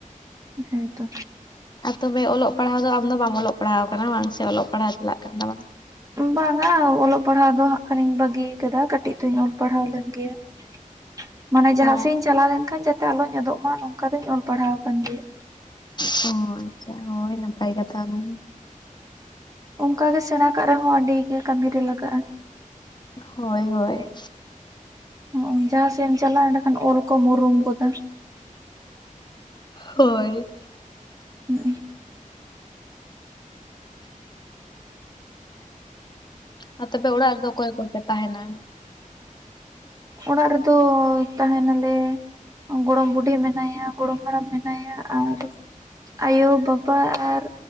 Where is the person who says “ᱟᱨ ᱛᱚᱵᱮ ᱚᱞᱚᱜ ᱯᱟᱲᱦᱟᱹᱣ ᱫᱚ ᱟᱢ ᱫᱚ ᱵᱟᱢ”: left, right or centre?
Left